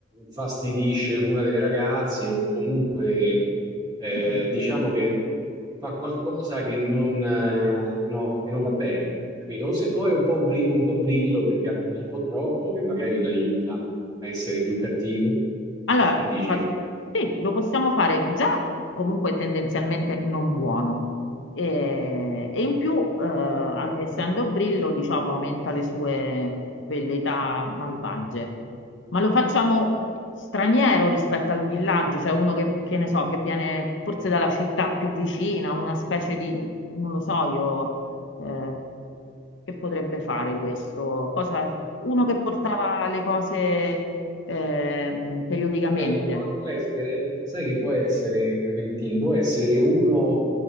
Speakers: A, on the right; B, on the left.
A: fastidisce una delle ragazze o comunque eh,
B: Mm.
A: diciamo che fa qualcosa che non, eh, no, che non va bene, capito? O, se- o è un po', bri- un po' brillo perché ha bevuto un po' troppo, che magari l'aiuta a essere più cattivo.
B: Allora,
A: Che dici?
B: fa- sì, lo possiamo fare già comunque tendenzialmente non buono. E, e in più, eh, a- essendo brillo, diciamo, aumenta le sue velleità malvagie. Ma lo facciamo straniero rispetto al villaggio, cioè uno che, che ne so, che viene forse dalla città più vicina, una specie di, non lo so, io, eh, che potrebbe fare
A: Esatto.
B: questo? Cosa, uno che portava le cose ehm, periodicamente.
A: Sai che può, può essere, sai che può essere, Clementino, può essere uno